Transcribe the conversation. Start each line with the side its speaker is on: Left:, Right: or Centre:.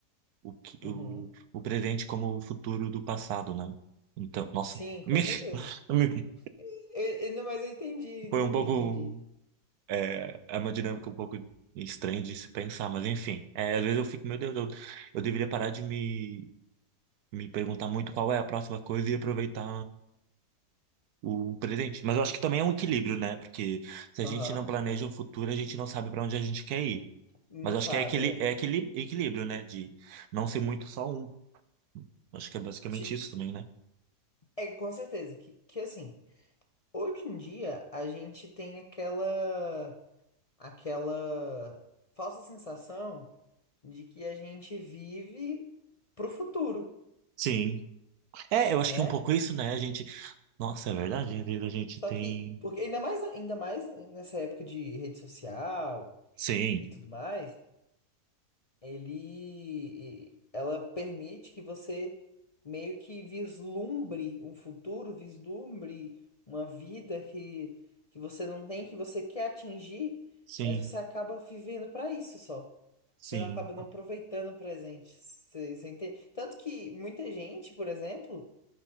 Right: o que-
Left: Uhum.
Right: o, o presente como o futuro do passado, né? Então, nossa,
Left: Sim,
Right: <laughs>
Left: com
Right: me,
Left: certeza.
Right: me-
Left: E- e- e- não, mas eu entendi, entendi,
Right: foi um pouco
Left: entendi.
Right: é, é uma dinâmica um pouco estranha de se pensar, mas enfim, é, às vezes eu fico, meu Deus, eu, eu deveria parar de me me perguntar muito qual é a próxima coisa e aproveitar o presente. Mas eu acho que também é um equilíbrio, né? Porque se a
Left: Aham.
Right: gente não planeja o futuro, a gente não sabe para onde a gente quer ir.
Left: Não
Right: Mas eu
Left: sabe,
Right: acho que é aquele
Left: é.
Right: é aquele equilíbrio, né? De não ser muito só um. Acho que é basicamente
Left: Ti-
Right: isso também, né?
Left: É, com certeza. Que, que assim, hoje em dia a gente tem aquela, aquela falsa sensação de que a gente vive pro futuro,
Right: Sim. É, eu acho
Left: né?
Right: que é um pouco isso, né? A gente. Nossa, é verdade, a vida a gente
Left: Só
Right: tem.
Left: que, porque ainda mais, ainda mais nessa época de rede social
Right: Sim,
Left: e tudo mais. ele ela permite que você meio que vislumbre um futuro, vislumbre uma vida que que você não tem, que você quer atingir,
Right: sim,
Left: mas você acaba vivendo para isso só.
Right: sim.
Left: Você não acaba não aproveitando o presente. Você, você entende? Tanto que muita gente, por exemplo,